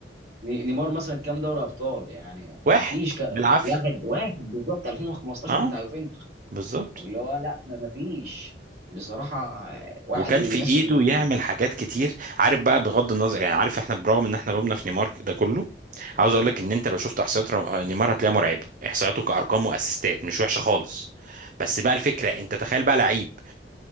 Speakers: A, on the right; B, on the right.
A: ني- نيمار مثلا كام دوري ابطال يعني
B: واحد
A: ما فيش ك...
B: بالعافية
A: واحد واحد بالظبط 2015
B: اه
A: بتاع يوفنتوس
B: بالظبط
A: اللي هو لا ما فيش بصراحة واحد
B: وكان
A: من
B: في
A: الناس
B: ايده
A: اللي
B: يعمل حاجات كتير عارف بقى بغض النظر يعني عارف احنا برغم ان احنا لومنا في نيمار ده كله عاوز اقول لك ان انت لو شفت احصائيات را- نيمار هتلاقيها مرعبه احصائياته كارقام واسيستات مش وحشه خالص بس بقى الفكره انت تخيل بقى لعيب